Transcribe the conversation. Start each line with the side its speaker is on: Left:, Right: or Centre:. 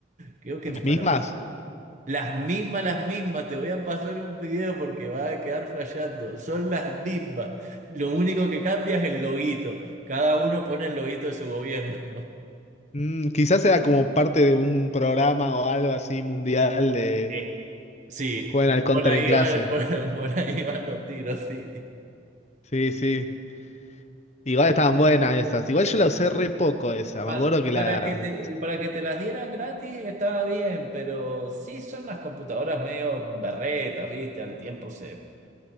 Right: creo que
Left: las
Right: en Paraguay.
Left: mismas.
Right: Las mismas, las mismas, te voy a pasar un video porque va a quedar flasheando. Son las mismas. Lo único que cambia es el loguito. Cada uno pone el loguito de su gobierno. <laughs>
Left: Mm, quizás era como parte de un programa o algo así mundial de
Right: Sí, Sí,
Left: juegan al Counter
Right: por ahí
Left: en clase.
Right: van, <laughs> por por ahí van los tiros, sí.
Left: Sí, sí. Igual estaban buenas esas. Igual yo la usé re poco esa.
Right: Pa-
Left: Me acuerdo que
Right: para
Left: la.
Right: que te, para que te las dieran gratis estaba bien, pero sí son las computadoras medio berretas, ¿viste? Al tiempo se